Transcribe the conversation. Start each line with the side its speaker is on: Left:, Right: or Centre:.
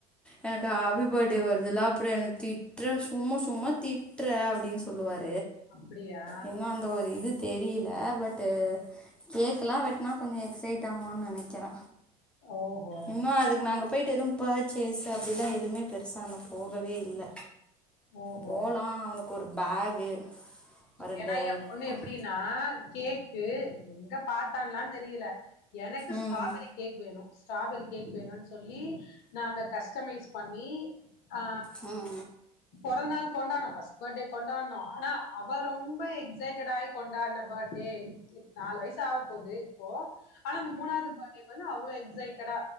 Centre: எனக் க்கு ஹாப்பி போட்டே வருதுல அப் அப்புறோ என்ன திட்ற சும்மா சும் சும்மா திட்ற அப்டின் சொல்லுவார்
Left: அப்டியா
Centre: இன்னு அந்த ஒரு இது தெரிது தே பட்டு கேக் எல்லா வெட்னா கொஞ்சோ எக்சைட் ட்டாவான் நெனைக்கிற
Left: ஓஹோ
Centre: இன்னு அதுக்கு நாங்கப் போயிட்டு எதுவும் பர்சேஸ் ட்டு அப்டிலா எதுமே பெருசா ஒண்ணும் போகவே இல்ல
Left: ஓஹோ
Centre: போலா அவனுக் ஒரு பேகு ஒரு
Left: ஏன்னா
Centre: இந்த
Left: எ பொண்ணு
Centre: கு-
Left: எப்புடின்னா கேக் பு எங்கப் பாத்தான்லா தெரியில எனக்கு
Centre: ம்
Left: ஸ்ட்ராபெரி கேக் வேணு ஸ்ட்ராபெரி கேக் வேணுன் சொல்லி நாங்க கஸ்டமைஸ் பண்ணி ஆ
Centre: ஓஹோ
Left: பொறந்நாள் கொண்டான்னோ ஃபஸ்ட் போட்டே கொண்டான்னோ ஆனா அவ ரொம்ப எக்ஸைட்டடு ஆகி கொண்டான போட்டே நாலு வயிசு ஆக போது இப்போ ஆனா அந்த மூணாவது போட்டேக்கு வந்து அவ்ளோ எக்ஸைட் தடா